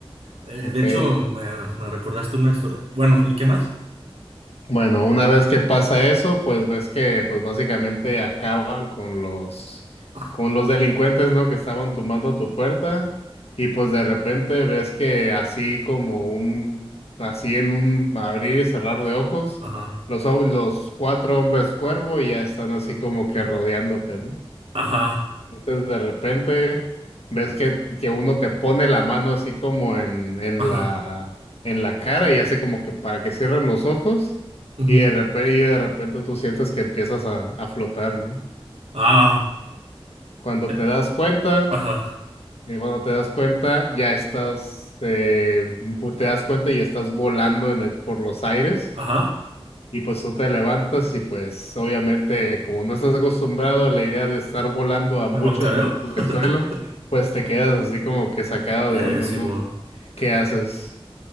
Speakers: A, on the right (about 80°); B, on the left (about 80°).
A: Eh,
B: Ok.
A: de hecho, me, me recordaste una historia. Bueno, ¿y qué más?
B: Bueno, una vez que pasa eso, pues ves que pues básicamente acaban con los...
A: Ajá,
B: con los delincuentes, ¿no? Que estaban tumbando tu puerta y pues de repente ves que así como un... así en un abrir y cerrar de ojos,
A: ajá,
B: los, hom- los cuatro hombres cuervo ya están así como que rodeándote, ¿no?
A: ajá,
B: Entonces de repente ves que, que uno te pone la mano así como en, en
A: ajá,
B: la, en la cara y hace como que para que cierren los ojos
A: ujú,
B: y de repente, y de repente tú sientes que empiezas a, a flotar, ¿no?
A: ah,
B: Cuando
A: eh,
B: te das cuenta,
A: ajá,
B: y cuando te das cuenta ya estás, eh, vo- te das cuenta y estás volando en el, por los aires
A: ajá,
B: Y pues tú te levantas y pues obviamente como no estás acostumbrado a la idea de estar volando a
A: me
B: muchos
A: guacareo.
B: metros del
A: <laughs>
B: suelo, pues te quedas así como que sacado
A: Eh,
B: de onda,
A: Simón.
B: ¿no? ¿Qué haces?